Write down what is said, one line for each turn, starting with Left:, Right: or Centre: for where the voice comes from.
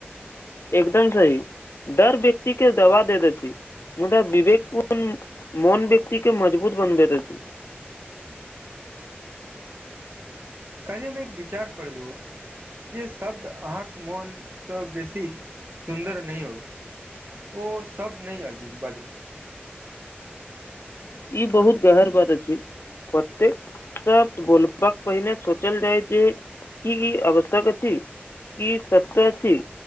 Left: एकदम सही दर व्यक्ति के दवा दऽ दैत छी मुदा विवेक पूर्ण मन व्यक्ति के मजबूत बनबैत अछि
Right: काल्हि हम एक विचार पढ़लहुँ जे शब्द अहाँके मोनसँ बेसी सुन्दर नहि हो ओ सब न आजू बाजू
Left: ई बहुत गहर बात अछि प्रतेक सब बोलबाक पहिने सोचल जाय जे की ई आवश्यक अछि की सत्य अछि